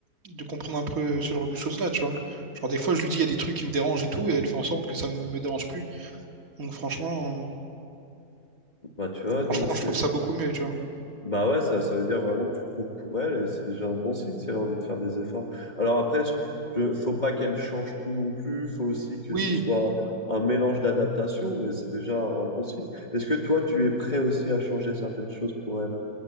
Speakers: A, on the right (about 60°); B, on the left (about 30°).
A: de comprendre un peu ce genre de choses-là, tu vois. Genre des fois, je lui dis, il y a des trucs qui me dérangent et tout, et elle fait en sorte que ça ne me dérange plus. Donc franchement, euh,
B: Bah, tu vois,
A: franchement,
B: non, mais c'est.
A: je trouve ça beaucoup mieux, tu vois.
B: Bah ouais, ça, ça veut dire vraiment que tu comptes pour elle et c'est déjà un bon signe si elle a envie de faire des efforts. Alors après, je, je- faut pas qu'elle change tout non plus, faut aussi que
A: Oui,
B: ce soit un mélange d'adaptation, mais c'est déjà un bon signe. Est-ce que toi, tu es prêt aussi à changer certaines choses pour elle?